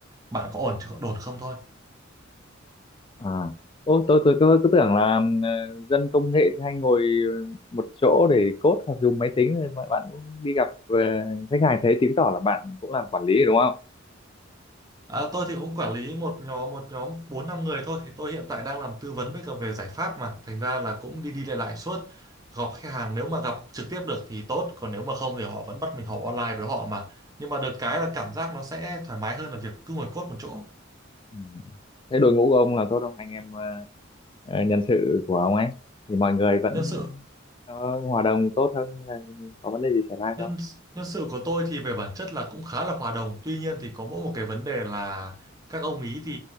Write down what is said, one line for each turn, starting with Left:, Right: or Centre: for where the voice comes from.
Right: bạn có ổn chứ có ổn không thôi.
Left: À. Ô, tôi tôi cứ, cứ tưởng là à, dân công nghệ thì hay ngồi một chỗ để code hoặc dùng máy tính thì bạn, bạn cũng đi gặp à, khách hàng thế chứng tỏ là bạn cũng làm quản lý rồi đúng không?
Right: À, tôi thì cũng quản lý một nhóm một nhóm bốn năm người thôi thì tôi hiện tại đang làm tư vấn với cả về giải pháp mà thành ra là cũng đi đi lại lại suốt gặp khách hàng nếu mà gặp trực tiếp được thì tốt còn nếu mà không thì họ vẫn bắt mình họp online với họ mà nhưng mà được cái là cảm giác nó sẽ thoải mái hơn là việc cứ ngồi cốt một chỗ
Left: Ừ. Thế đội ngũ của ông là tốt không? Anh em ờ, ờ, nhân sự của ông ấy thì mọi người vẫn
Right: nhân sự
Left: có hòa đồng tốt không hay là có vấn đề gì xảy ra
Right: Nhân
Left: không
Right: nhân sự của tôi thì về bản chất là cũng khá là hòa đồng. Tuy nhiên thì có mỗi một cái vấn đề là các ông ý thì